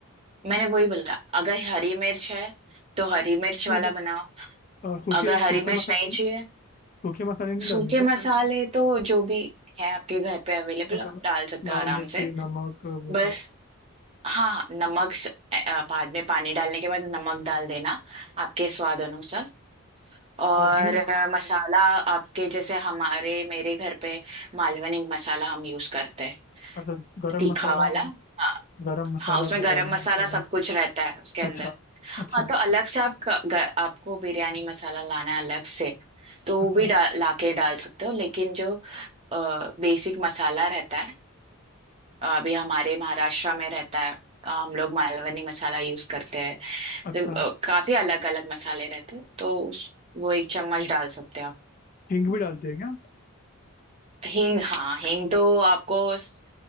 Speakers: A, on the right; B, on the left.
A: मैंने वही बोला अगर हरी मिर्च है तो हरी मिर्च
B: नहीं
A: वाला
B: मतलब
A: बनाओ
B: अ, सूखे
A: अगर
B: सूखे
A: हरी मिर्च
B: मसाले
A: नहीं चाहिए
B: सूखे मसाले नहीं डालने
A: सूखे
B: क्या
A: मसाले तो जो भी है आपके घर पे अवेलेबल
B: मतलब
A: आप डाल सकते
B: लाल
A: हो आराम
B: मिर्ची
A: से
B: नमक वो
A: बस
B: सब
A: हाँ नमक स- अ, बाद में पानी डालने के बाद नमक डाल देना आपके स्वाद अनुसार और
B: और हिंग
A: अ, मसाला आपके जैसे हमारे मेरे घर पे मालवनी मसाला हम यूज करते हैं
B: अच्छा गरम
A: तीखा
B: मसाला
A: वाला हाँ
B: गरम मसाला
A: हाँ उसमें
B: बिरयानी
A: गरम मसाला
B: मसाला
A: सब कुछ रहता है उसके अंदर
B: अच्छा
A: हाँ
B: अच्छा
A: तो अलग से आप क- ग, आपको बिरयानी मसाला लाना है अलग से तो वो
B: अच्छा
A: भी डा, लाके डाल सकते हो लेकिन जो बेसिक मसाला रहता है अ, अभी हमारे महाराष्ट्र में रहता है अ, हम लोग मालवनी मसाला यूज करते हैं
B: अच्छा
A: तो, अ, काफी अलग अलग मसाले रहते हैं तो उस, वो एक चम्मच डाल सकते हैं आप
B: हिंग भी डालते हैं क्या
A: हींग हाँ हींग तो आपको स-